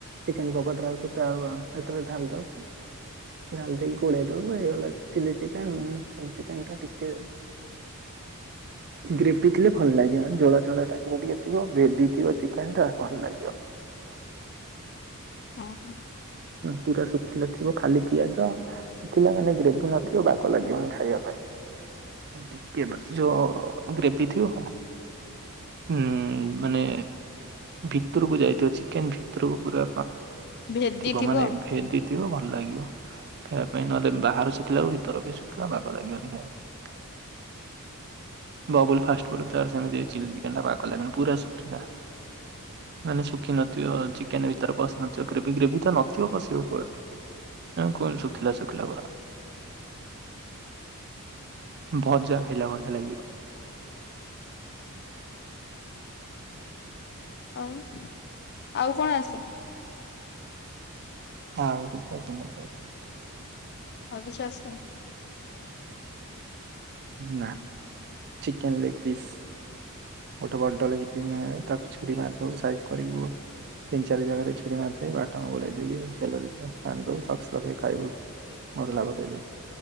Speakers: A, on the right (about 45°); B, on the left (about 45°).
A: ଚିକେନ ପକୋଡ ସେଥିରେ ଢାଲି ଦଉ ଢାଲି ଦେଇ ଘୋଡେଇ ଦବୁ ହେଇଗଲା ଚିଲି ଚିକେନ୍ ଚ ଚିକେନ ଟା ଟିକେ
B: <inaudible>
A: ଗ୍ରେଭି ଥିଲେ ଭଲ ଲାଗିବ। ଜଳ ଚଳ ଟାଇ ଟେ ଥିବ ଭେ ଥିବ ଚିକେନ ଟା ଭଲ ଲାଗିବ।
B: <inaudible>
A: <inaudible>
B: ହଁ ହ।
A: ପୁରା ଶୁଖିଲା ଥିବ ଖାଲି ପିଆଜ ଶୁଖିଲା ମାନେ ଗ୍ରେଭି ନଥିବ, ବାଗ ଲାଗିବନି ଖାଇବା ପାଇଁ। ଟିକେ ଯୋ ଗ୍ରେଭି ଥିବ ଉଁ ମାନେ ଭିତରକୁ ଯାଇଥିବ ଚିକେନ ଭିତରକୁ ପୁରା
B: ଭେଦି
A: ବ
B: ଥିବ
A: ମାନେ ଭେଦିଥିବ ଭଲ ଲାଗିବ। ଖାଇବା ପାଇଁ ନହେଲେ ବାହାରୁ ଶୁଖିଲା କୁ ଭିତର ବି ଶୁଖିଲା ବାଗ ଲାଗିବନି ଖାଇବା ପାଇଁ।
B: <inaudible>
A: ବବୁଲ ଫାଷ୍ଟ ବ ତ ସେନ୍ତି ଚିଲି ଚିକେନ୍ ଟା ବାଗ ଲାଗିଲାନି ପୁରା ଶୁଖିଲା ମାନେ ଶୁଖି ନଥିବ, ଚିକେନ ଭିତରେ ପଶି ନଥିବ ଗ୍ରେଭି ଗ୍ରେଭି ତ ନଥିବ ପଶିବ କୁଆଡୁ? ଆଉ କଣ ଶୁଖିଲା ଶୁଖିଲା ପରା।
B: <inaudible>
A: ଭଜା ଖାଇଲା ଭଳିଆ ଲାଗିଲା।
B: ଆଉ ଆଉ କଣ ଆସେ।
A: ଆଉ। <inaudible>
B: ଆଉ କିଛି ଆସେନି।
A: ନା ଚିକେନ ଲେଗ୍ ପିସ୍। ଗୋଟେ ବଡ ଲ ତାକୁ ଛୁରି ମାରି ଦବୁ ସାଇଜ କରିବି। ତିନ ଚାରି ଜାଗାରେ ଛୁରୀ ମାରିଦେବି ବାଟା ବଲାେଇ ଦେଇକି ତେଲରେ ଛନିଦବୁ ଲୁଣ ଶସ ଲଗେଇ ଖାଇବୁ। ମସଲା ପକେଇବି।